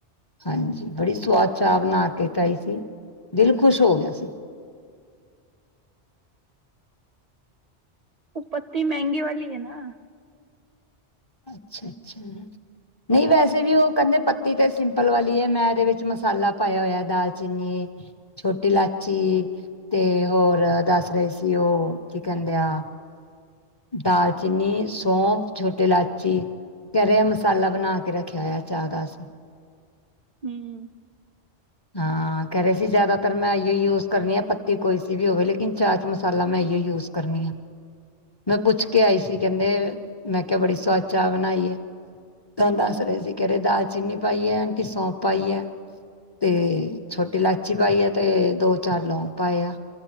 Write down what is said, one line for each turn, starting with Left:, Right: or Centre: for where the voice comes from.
Left: ਹਾਂਜੀ ਬੜੀ ਸਆਦ ਚਾ ਬਣਾ ਕੇ ਪਿਆਈ ਸੀ ਦਿਲ ਖੁਸ਼ ਹੋ ਗਿਆ ਸੀ।
Right: ਉਹ ਪੱਤੀ ਮਹਿੰਗੀ ਵਾਲੀ ਐ ਨਾ।
Left: ਅੱਛਾ ਅੱਛਾ। ਨਹੀਂ ਵੈਸੇ ਵੀ ਉਹ ਕਹਿੰਦੇ ਪਤ ਪੱਤੀ ਤੀ ਤੇ ਸਿੰਪਲ ਵਾਲੀ ਹੈ ਮੈਂ ਇਹਦੇ ਵਿੱਚ ਮਸਾਲਾ ਪਾਇਆ ਹੋਇਆ ਦਾਲਚੀਨੀ ਛੋਟੀ ਇਲਾਚੀ ਤੇ ਹੋਰ ਦੱਸ ਰਹੇ ਸੀ ਉਹ ਕੀ ਕਹਿੰਦੇ ਆ ਦਾਲਚੀਨੀ ਸੌਫ ਛੋਟ ਇਲਾਚੀ ਕੇਹਰੇ ਮਸਾਲਾ ਬਣਾ ਕੇ ਰੱਖਿਆ ਹੋਇਆ ਚਾਹ ਦਾ ਅਸੀਂ।
Right: ਹਮ।
Left: ਹਾਂ ਕਹਿ ਰਹੇ ਸੀ ਜ਼ਿਆਦਾਤਰ ਮੈਂ ਇਹੀ ਯੂਸ ਕਰਨੀ ਆ ਪੱਤੀ ਕੋਈ ਸੀ ਵੀ ਹੋਵੇ ਲੇਕਿਨ ਚਾਹ ਚ ਮਸਾਲਾ ਮੈਂ ਐਹੀ ਯੂਸ ਕਰਨੀ ਆ ਮੈਂ ਪੁੱਛ ਕੇ ਆਈ ਸੀ ਕਹਿੰਦੇ ਮੈਂ ਕਿਹਾ ਬੜੀ ਸਆਦ ਚਾਹ ਬਣਾਈ ਹੈ ਤੁਹਾਨੂੰ ਦੱਸ ਰਹੇ ਸੀ ਕਹਿ ਰਹੇ ਦਾਲਚੀਨੀ ਪਾਈ ਹੈ ਆਂਟੀ ਸੌਂਪ ਪਾਈ ਹੈ। ਤੇ ਛੋਟੀ ਇਲਾਚੀ ਪਾਈ ਆ ਤੇ ਦੋ ਚਾਰ ਲੌਂਗ ਪਾਂਏ ਆ